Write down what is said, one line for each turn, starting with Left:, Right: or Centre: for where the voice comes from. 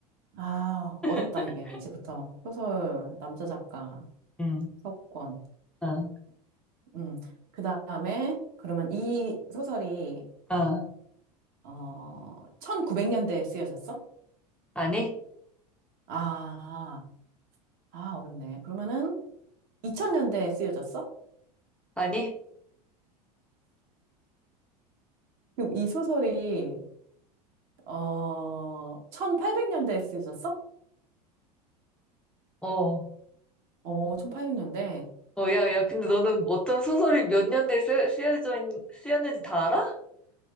Right: 아,
Centre: <laughs>
Right: 어렵다, 이게. 이제부터. 소설, 남자 작가,
Centre: 응.
Right: 서구권.
Centre: 어,
Right: 음, 그 다음에, 그러면 이 소설이,
Centre: 어.
Right: 어, 1900년대에 쓰여졌어?
Centre: 아니?
Right: 아, 아, 어렵네. 그러면은, 2000년대에 쓰여졌어?
Centre: 아니?
Right: 그럼 이 소설이, 어, 1800년대에 쓰여졌어?
Centre: 어.
Right: 어, 1800년대.
Centre: 어, 야, 야, 근데 너는 어떤 소설이 몇 년대에 쓰, 쓰여져 있, 쓰였는지 다 알아?